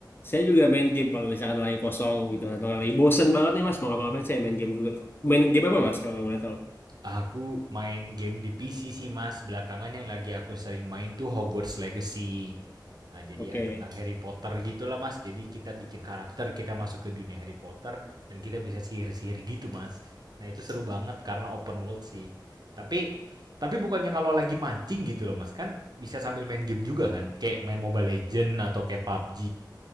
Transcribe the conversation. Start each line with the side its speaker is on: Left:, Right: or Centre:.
Left: saya juga main game kalau misalkan lagi kosong gitu atau lagi bosen banget nih Mas, mau ngapa-ngapain saya main game juga. Main game apa Mas kalau boleh tahu?
Right: Aku main game di PC sih Mas, belakangan yang lagi aku sering main tuh Hogwarts Legacy. Ah, jadi
Left: Oke,
Right: ya tentang Harry Potter gitulah Mas. Jadi kita bikin karakter, kita masuk ke dunia Harry Potter dan kita bisa sihir-sihir gitu Mas. Nah itu seru banget karena open world sih. Tapi tapi bukannya kalau lagi mancing gitu loh Mas kan bisa sambil main game juga kan? Kayak main Mobile Legend atau kayak PUBG.